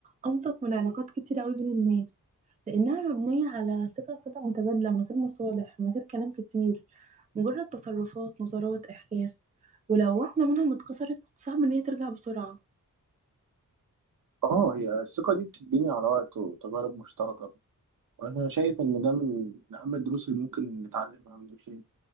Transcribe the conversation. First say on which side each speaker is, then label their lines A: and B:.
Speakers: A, on the right; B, on the right.
A: اصدق من علاقات كتير قوي بين الناس لانها مبنية على ثقة كده متبادلة من غير مصالح من غير كلام كتير مجرد تصرفات نظرات احساس ولو واحدة منهم اتكسرت صعب ان هي ترجع بسرعة
B: اه هي الثقة دي بتتبني على وقت وتجارب مشتركة وأنا شايف إن ده من من أهم الدروس اللي ممكن نتعلمها من الخير